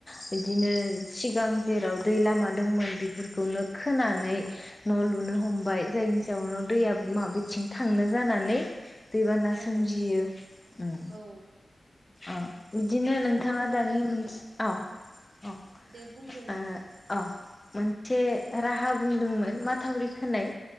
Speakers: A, on the left; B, on the right.
A: बिदिनो सिगां जेराव दै लामा दोंमोन बिफोर खौनो खोनानै न' लुनो हमबाय जायनि जाउनाव दैया माबेथिं थांनो जानानै दैबाना
B: औ
A: सोमजियो ओम
B: औ
A: ओ बिदिनो नोंथाङा
B: न' लुनायनि
A: दानि मोनस औ औ
B: दे बुंग्रो नोंथां
A: ओ अ मोनसे राहा बुंदोंमोन माथावरि खोनाय